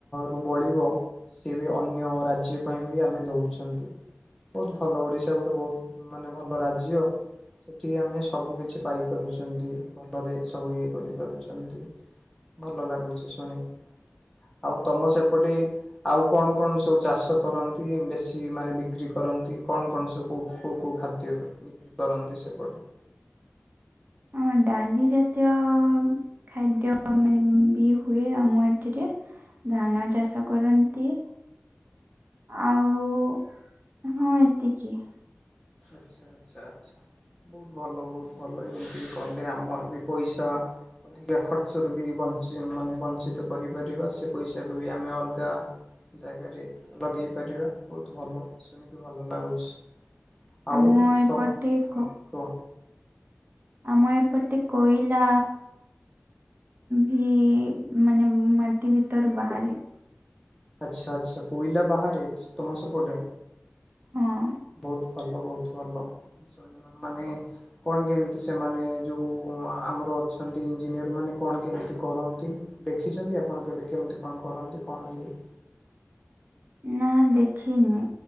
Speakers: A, in the centre; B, on the right.
A: ରୁ ବଳିବ ସେ ବି ଅନ୍ୟ ରାଜ୍ୟ ପାଇଁ ବି ଆମେ ଦଉଛନ୍ତି। ବହୁତ ଭଲ ଓଡିଶା ଗୋଟେ ବହୁତ ମାନେ ଭଲ ରାଜ୍ୟ ସେଠି ଆମେ ସବୁ କିଛି ପାଇ ପାରୁଛନ୍ତି ଭଲରେ, ସବୁ ଇଏ କରିପାରୁଛନ୍ତି। ଭଲ ଲାଗୁଛି ଶୁଣି ଆଉ ତମ ସେପଟେ ଆଉ କଣ କଣ ସବୁ ଚାଷ କରନ୍ତି ବେଶୀ ମାନେ, ବିକ୍ରି କରନ୍ତି, କଣ କଣ ସବୁ କୋଉ କୋଉ? ଖାଦ୍ୟ ବିକ୍ରି କରନ୍ତି ସେପଟେ
B: ଅଁ ଡାଲି ଜାତୀୟ ଖାଦ୍ୟ ମାନେ ବି ହୁଏ ଆମ ଏଥିରେ ଧାନ ଚାଷ କରନ୍ତି। ଆଉ ହଁ ଏତିକି।
A: ଆଛା ଆଛା ଆଛା। ବହୁତ ଭଲ, ବହୁତ ଭଲ, ଏମିତି ବି କଲେ ଆମର ବି ପଇସା ଅଧିକା ଖର୍ଚ୍ଚରୁ ବି ବଞ୍ଚିବ। ମାନେ ବଞ୍ଚିତ କରିପାରିବା ସେ ପଇସାକୁ ବି ଆମେ ଅଲଗା ଜାଗାରେ ଲଗେଇ ପାରିବା, ବହୁତ ଭଲ ଶୁଣିକି ଭଲ ଲାଗୁଛି। ଆଉ
B: ଆମ ଏପଟେ
A: ତ ହଁ
B: କ
A: କହ
B: ଆମ ଏପଟେ କୋଇଲା ବି ମାନେ ମାଟି ଭିତରୁ ବାହାରେ।
A: ଆଛା ଆଛା କୋଇଲା ବାହାରାରେ ତମ ସେପଟେ
B: ହଁ
A: ବହୁତ ଭଲ, ବହୁତ ଭଲ, ମାନେ କଣ କେମିତି ସେମାନେ ଯୋଉ ଆମର ଅଛନ୍ତି ଇଞ୍ଜିନିୟର ମାନେ କଣ କେମିତି କରନ୍ତି? ଦେଖିଛନ୍ତି ଆପଣ କେବେ କେମିତି କଣ କରନ୍ତି? କରନ୍ତି କଣ କେମିତି?
B: ନା ଦେଖିନି